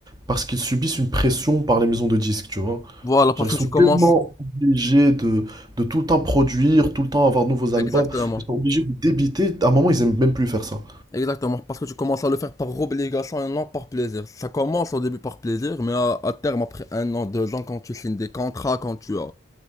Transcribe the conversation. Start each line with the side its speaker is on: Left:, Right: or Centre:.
Right: parce qu'ils subissent une pression par les maisons de disques, tu vois.
Left: Voilà, parce
Right: Genre, ils
Left: que
Right: sont
Left: tu
Right: tellement
Left: commences.
Right: obligés de, de tout le temps produire, tout le temps avoir de nouveaux
Left: Exactement.
Right: albums, ils sont obligés de débiter, à un moment ils aiment même plus faire ça.
Left: Exactement, parce que tu commences à le faire par obligation et non par plaisir. Ça commence au début par plaisir, mais à, à terme, après un an, deux ans, quand tu signes des contrats, quand tu as